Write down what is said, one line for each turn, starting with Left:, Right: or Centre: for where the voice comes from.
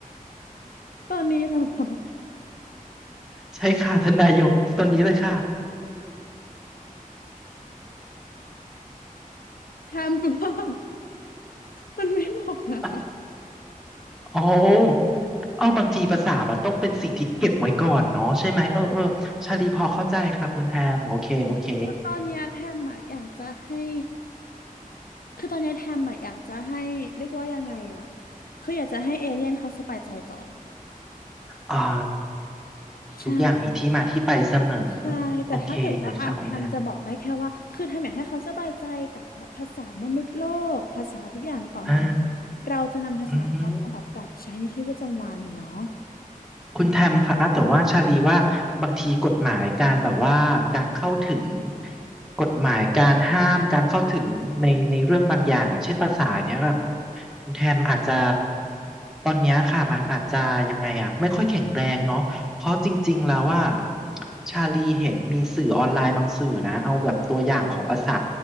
Left: ตอนนี้นะคะ <laughs>
Centre: ใช่ค่ะ <laughs> ท่านนายกตอนนี้เลยค่ะ
Left: แทมว่ามันไม่เหมาะนะคะ
Centre: <laughs> โอ้เอาบางทีภาษามันต้องเป็นสิ่งที่เก็บไว้ก่อนเนาะใช่ไหมเออเออชาลีพอเข้าใจครับคุณแทมโอเคโอเค
Left: คือตอนเนี้ยแทมอ่ะอยากจะให้ คือตอนเนี้ยแทมอะอยากจะให้เรียกว่ายังไงอะคืออยากจะให้เอเลี่ยนเขาสบายใจก่อน
Centre: อ่า
Left: ใช่
Centre: ทุกอย่างมีที่มาที่ไปเสมอ
Left: ใช่ แต่ถ้าเกิดว่าอาแทมจะบอกได้แค่ว่า
Centre: โอเคเลยค่ะคุณแทม
Left: คือแทมอยากให้เขาสบายใจกับแบบภาษามนุษย์โลก ภาษาทุกอย่างก่อนก่อน
Centre: อ่า
Left: เราจะนำภาษาเขามาแบบปรับใช้ในชีวิตประจำวันเนาะ
Centre: อืม คุณแทมคะแต่ว่าชาลีว่าบางทีกฎหมายการแบบว่าการเข้าถึงกฎหมายการห้ามการเข้าถึงในในเรื่องบางอย่างอย่างเช่นภาษาเนี้ยค่ะคุณแทมอาจจะตอนเนี้ยค่ะมันอาจจะยังไงอ่ะไม่ค่อยแข็งแรงเนาะเพราะจริงๆแล้วว่าชาลีเห็นมีสื่อออนไลน์บางสื่อนะเอาแบบตัวอย่างของภาษา